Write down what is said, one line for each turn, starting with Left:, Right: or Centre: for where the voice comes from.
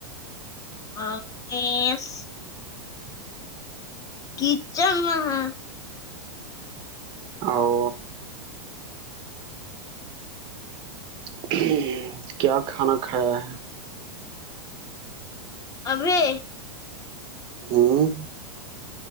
Left: <unintelligible> کیچ م ہاں
Right: او <unintelligible> کیا کھانا کھایا ہے
Left: ابے
Right: ہوں